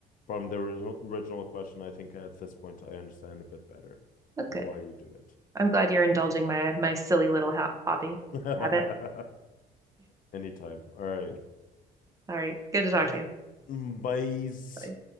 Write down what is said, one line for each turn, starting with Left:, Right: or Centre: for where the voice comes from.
Left: from the original, original question, I think at this point I understand a bit better
Right: But
Left: of
Right: good.
Left: why you do it.
Right: I'm glad you're indulging my my silly little ha hobby
Left: <laughs>
Right: habit.
Left: Anytime. All
Right: All right. Good to talk
Left: right.
Right: to you.
Left: Bye.
Right: Bye.